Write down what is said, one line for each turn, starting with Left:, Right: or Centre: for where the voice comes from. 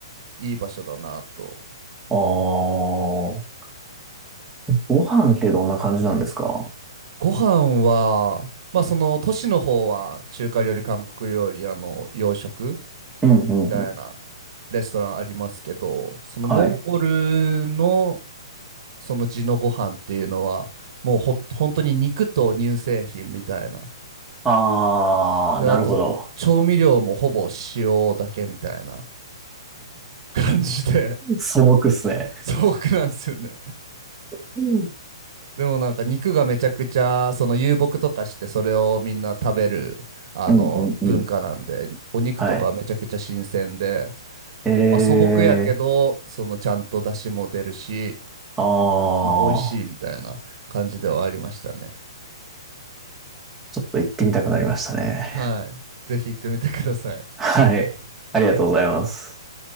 Right: いい場所だなと。
Centre: ああ、ご飯ってどんな感じなんですか
Right: ご飯は、まあその都市の方は中華料理、韓国料理、あの洋食
Centre: うんうんうん。
Right: たいなレストランありますけど、そのモンゴルの
Centre: はい。
Right: その地のご飯っていうのは、もうほ、本当に肉と乳製品みたいな。
Centre: あー、
Right: で、
Centre: なるほど。
Right: あと、調味料もほぼ塩だけみたいな感じで、
Centre: 素朴っすね。
Right: <laughs> 素朴なんですよね。
Centre: うん
Right: でもなんか肉がめちゃくちゃ、その遊牧とかしてそれをみんな食べる、あの、
Centre: うんうんうん。
Right: 文化なんで、お肉とかはめちゃくちゃ新鮮で、
Centre: はい。えー、
Right: まあ素朴やけど、そのちゃんと出汁も出るし、
Centre: あー、
Right: まあ、美味しいみたいな感じではありましたね。
Centre: ちょっと行ってみたくなりましたね。
Right: はい。ぜひ行ってみてください。
Centre: はい。ありがとうございます。